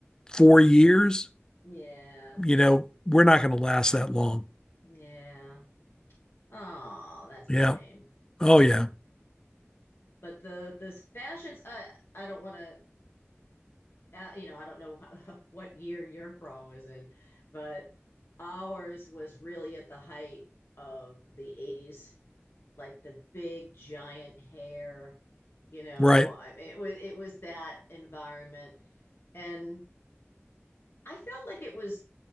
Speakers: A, on the left; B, on the left.
A: four years,
B: Yeah.
A: you know, we're not going to last that long.
B: Yeah. Oh, that's a
A: Yeah.
B: shame.
A: Oh, yeah.
B: But the the fashions I I don't want to uh, you know, I don't know <laughs> how, what year your prom was in, but ours was really at the height of the 80s, like the big giant hair, you know,
A: Right.
B: I, it was it was that environment and I felt like it was